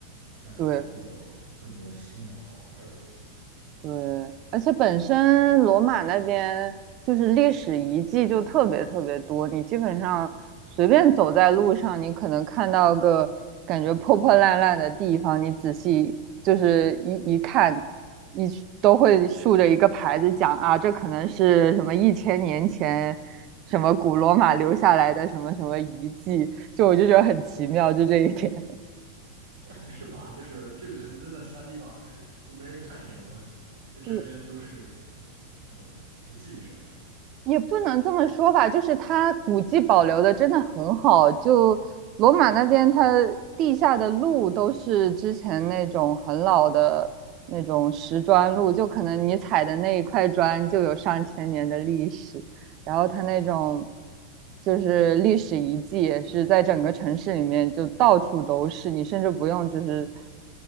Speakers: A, on the right (about 65°); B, on the right (about 40°).
A: 那可能会有更多新的好玩的东西。
B: 对，对，而且本身罗马那边就是历史遗迹就特别特别多，你基本上随便走在路上，你可能看到个感觉破破烂烂的地方，你仔细就是一一看，一都会竖着一个牌子讲啊，这可能是什么一千年前什么古罗马留下来的什么什么遗迹，就我就觉得很奇妙，就这一点。<laughs>
A: <laughs> 是吧？就是这个可能真的其他地方是都没人看一眼的东西，在这边都是
B: 对
A: 呃无忌是吧？
B: 也不能这么说吧，就是它古迹保留的真的很好。就罗马那边，它地下的路都是之前那种很老的那种石砖路，就可能你踩的那一块砖就有上千年的历史。然后它那种就是历史遗迹也是在整个城市里面就到处都是，你甚至不用就是